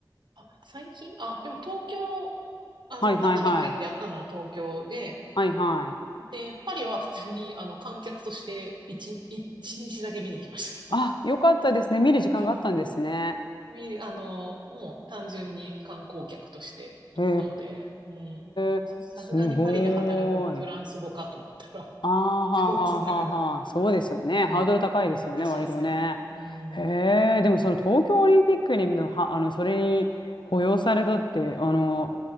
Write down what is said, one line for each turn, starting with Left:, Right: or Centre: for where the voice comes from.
Right: あ、最近あ、でも東京、あの、
Left: はいはいはい。
Right: 中に入ってやったのは東京で、
Left: はいはい。
Right: で、パリは普通に、あの、観客として1、一日だけ見に来まし
Left: あ、よかったですね。見る時間があったんですね。
Right: た。み、あの、もう単純に観光客として行ったので、
Left: へ
Right: うん。
Left: え、
Right: ちょっとさすがにパリで働くにフランス語かと思ったら、
Left: すごい。ああ、
Right: <laughs>
Left: はあはあはあはあ。
Right: ちょっとなかなか、
Left: そうですよね。ハードル高いですよね、
Right: うん、難しいですよね。
Left: 割とね。
Right: う
Left: へ
Right: ん。
Left: え、でもその東京オリンピックにも、は、あの、それに雇用されたって、あの、